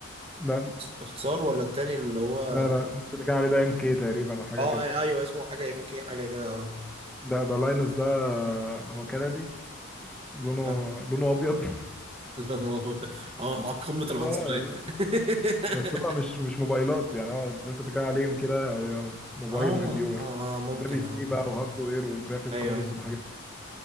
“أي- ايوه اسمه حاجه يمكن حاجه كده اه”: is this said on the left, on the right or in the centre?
Right